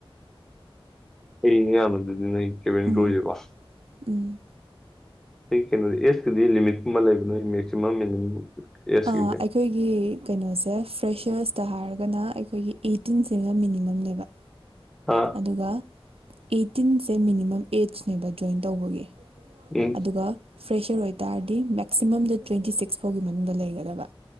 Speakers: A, in the centre; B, on the right.
A: ꯑꯩꯩꯅꯦ ꯌꯥꯝꯅꯗꯗꯤꯅ ꯀꯦꯕꯤꯅꯤꯈꯖꯕ
B: ꯎꯝ ꯎꯝ
A: ꯑꯩ ꯀꯩꯅꯣꯗꯤ ꯑꯦꯁꯀꯗꯤ ꯂꯤꯃꯤꯠꯀꯨꯝꯕ ꯂꯩꯕ ꯅꯣꯏ ꯃꯦꯛꯁꯤꯃꯝ ꯃꯤꯅꯤꯃꯝ ꯑꯦꯖꯀꯤꯁꯦ
B: ꯑ ꯑꯩꯈꯣꯏꯒꯤ ꯀꯩꯅꯣꯁꯦ ꯐ꯭ꯔꯦꯁꯔꯁꯇ ꯍꯥꯏꯔꯒꯅ ꯑꯩꯈꯣꯏꯒꯤ ꯑꯩꯇꯤꯟꯁꯤꯅ ꯃꯤꯅꯤꯃꯝꯅꯦꯕ
A: ꯑꯥ
B: ꯑꯗꯨꯒ ꯑꯩꯠꯇꯤꯟꯁꯦ ꯃꯤꯅꯤꯃꯝ ꯑꯦꯠꯅꯦꯕ ꯖꯣꯏꯟ ꯇꯧꯕꯒꯤ
A: ꯎꯝ
B: ꯑꯗꯨꯒ ꯐ꯭ꯔꯦꯁꯔ ꯑꯣꯏꯇꯥꯔꯗꯤ ꯃꯦꯛꯁꯤꯃꯝꯗ ꯇ꯭ꯋꯦꯟꯇꯤ ꯁꯤꯛꯁ ꯐꯥꯎꯒꯤ ꯃꯅꯨꯡꯗ ꯂꯩꯒꯗꯕ